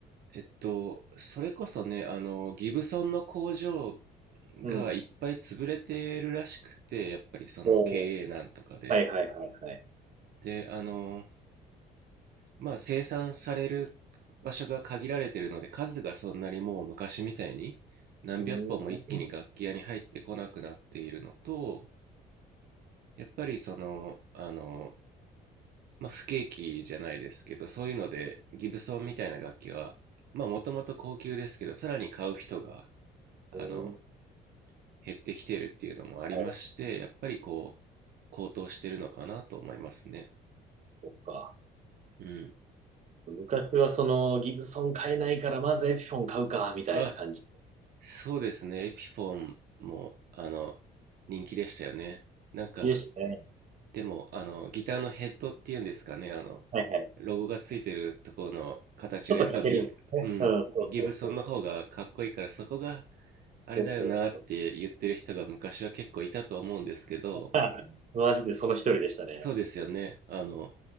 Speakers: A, on the right (about 65°); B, on the right (about 45°).
A: えっと、それこそね、あの、ギブソンの工場
B: うん。
A: がいっぱい潰れてるらしくて、やっぱりその経営難とかで。
B: おーはいはいはいはい。
A: で、あの、まあ生産される場所が限られてるので、数がそんなにもう昔みたいに何百本も一気に楽器屋に入ってこなくなっているのと、
B: うーん。
A: やっぱりその、あの、まあ不景気じゃないですけど、そういうのでギブソンみたいな楽器は、まあもともと高級ですけど、さらに買う人が、あの、
B: えー
A: 減ってきているっていうのもありまして、
B: はい、
A: やっぱりこう、高騰してるのかなと思いますね。
B: そっか。
A: うん。
B: 昔はそのギブソン買えないから、まずエピフォン買うか、みたいな感じ
A: あ、そうですね。エピフォンも、あの、人気でしたよね。なんか、
B: でしたね。
A: でも、あの、ギターのヘッドっていうんですかね、あの、
B: はいはい。
A: ロゴがついてるところの形が、
B: ちょっとかけるんですね。
A: やっぱギ、うん、
B: うん、そうそうそう。
A: ギブソンの方がかっこいいから、そこがあれだよなって言ってる人が昔は結構いたと思うんですけど、
B: そうそうそうはいマジでその一人でしたね。
A: そうですよね。あの、